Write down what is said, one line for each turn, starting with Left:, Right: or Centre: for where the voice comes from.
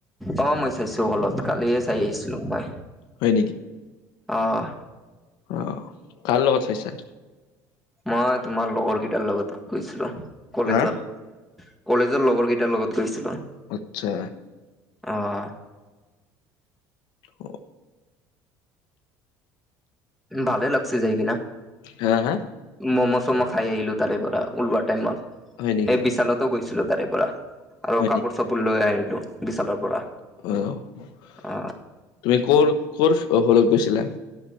Centre: অহ মই চাইছো হলত কালি চাই আহিছিলোঁ মই
Left: হয়
Centre: অহ
Left: অহ কাৰ লগত চাইছা
Centre: মই তোমাৰ লগৰ কেইটাৰ লগত গৈছিলোঁ কলেজত
Left: হা?
Centre: কলেজৰ লগৰ কেইটাৰ লগত গৈছিলোঁ
Left: আচ্ছা
Centre: অঁহ
Left: অ
Centre: ভালে লাগছে যায় কি নে
Left: হা হা
Centre: ম'ম' চম' খাই আহিলো তাৰে পৰা ওলোৱা টাইমত
Left: হয় নেকি
Centre: এই বিশালতো গৈছিলোঁ তাৰে পৰা আৰু
Left: হয়
Centre: কাপোৰ
Left: নেকি
Centre: চাপোৰ লৈ আহিলো বিশালৰ পৰা
Left: আহ তুমি
Centre: অ
Left: কৰ কৰ হলত গৈছিলা